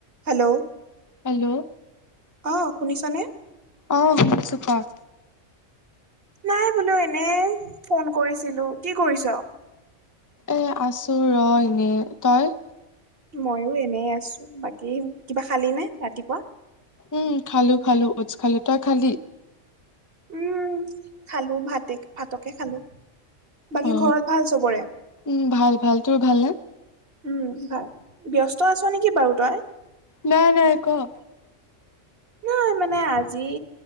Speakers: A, on the right; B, on the left.
A: Hello
B: hello
A: অ শুনিছ নে?
B: অ শুনিছোঁ ক?
A: নাই বোলো এনে ফোন কৰিছিলো। কি কৰিছ?
B: এই আছোঁ ৰ এনেই। তই?
A: মইয়ো এনেই আছো। বাকী কিবা খালি নে ৰাতিপুৱা?
B: উম খালো খালো ঔজ খালো। তই খালী?
A: উম খালো ভাতে ভাতকে খালো। বাকী
B: অ
A: ঘৰত ভাল চবৰে?
B: উম ভাল ভাল। তোৰ ভাল নে?
A: উম ভাল ব্যস্ত আছ নেকি বাৰু তই?
B: নাই নাই। ক? <inaudible>
A: অই মানে আজি